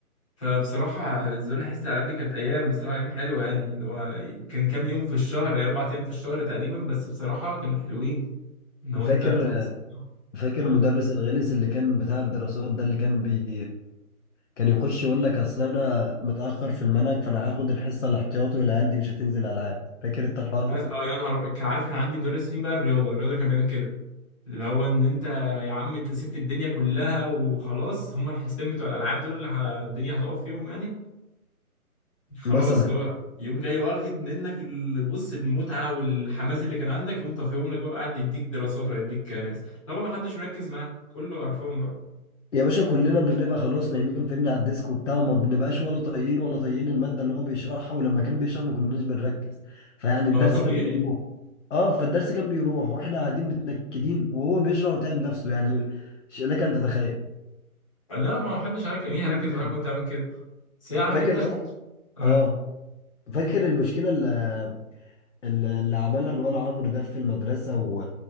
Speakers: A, on the left; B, on the left.
A: فبصراحة بالنسبة لنا حصة الألعاب دي كانت أيام بصراحة أيام حلوة يعني اللي هو كان كام يوم في الشهر يعني أربع أيام في الشهر تقريبا بس بصراحة كانوا حلوين لو
B: فاكر
A: انت بتقعد تستناهم.
B: فاكر
A: اه
B: المدرس الغلس اللي كان بتاع الدراسات ده اللي كان بي كان يخش يقول لك اصل انا متاخر في المنهج فانا هاخد الحصه الاحتياطي والعيال دي مش هتنزل العاب فاكر انت الحوار
A: بس
B: ده
A: اه يا نهار ابيض كان عارف كان عندي مدرس مين بقى الرياضه الرياضه كان بيعمل كده اللي هو ان انت يا عم انت سبت الدنيا كلها وخلاص هم الحصتين بتوع الالعاب دول اللي ه- الدنيا هتقف فيهم يعني خلاص
B: مثلا
A: اللي هو يوم جاي واخد منك ال- بص المتعه والحماس اللي كان عندك يقوم طافيهم لك بقى قاعد يديك دراسات ويديك ماس طبعا ما حدش مركز معاه كله قرفان بقى
B: يا باشا كلنا بنبقى خلاص نايمين فاهمني على الديسك وبتاع وما بنبقاش ولا طايقين ولا طايقين المادة اللي هو بيشرحها ولما كان بيشرح ما كناش بنركز فيعني الدرس
A: ما طبيعي
B: كان بيروح اه فالدرس كان بيروح واحنا قاعدين متنكدين وهو بيشرح وتعب نفسه يعني ش- لك ان تتخيل
A: لا ما حدش هيرك- مين هيركز
B: <clears throat>
A: معاك وانت عامل كده بس هي عارف
B: فاكر
A: انت
B: يا صاحبي
A: اقول
B: اه فاكر المشكلة اللي, اللي عملها الولا عمرو ده في المدرسة و...